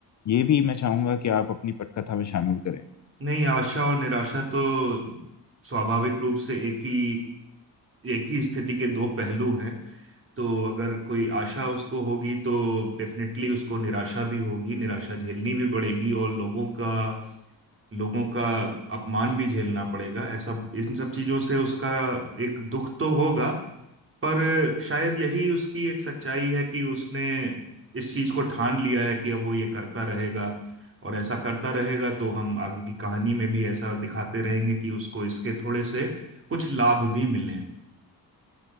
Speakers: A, on the left; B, on the right.
A: ये भी मैं चाहूंगा कि आप अपनी पटकथा में शामिल करें
B: नहीं आशा और निराशा तो स्वाभाविक रूप से एक ही एक ही स्थिति के दो पहलू हैं तो अगर कोई आशा उसको होगी तो डेफिनेटली उसको निराशा भी होगी निराशा झेलनी भी पड़ेगी और लोगों का लोगों का अपमान भी झेलना पड़ेगा ऐसा इन सब चीजों से उसका एक दुख तो होगा पर शायद यही उसकी एक सच्चाई है कि उसने इस चीज को ठान लिया है कि अब वो ये करता रहेगा और ऐसा करता रहेगा तो हम आगे की कहानी में भी ऐसा दिखाते रहेंगे कि उसको इसके थोड़े से कुछ लाभ भी मिलें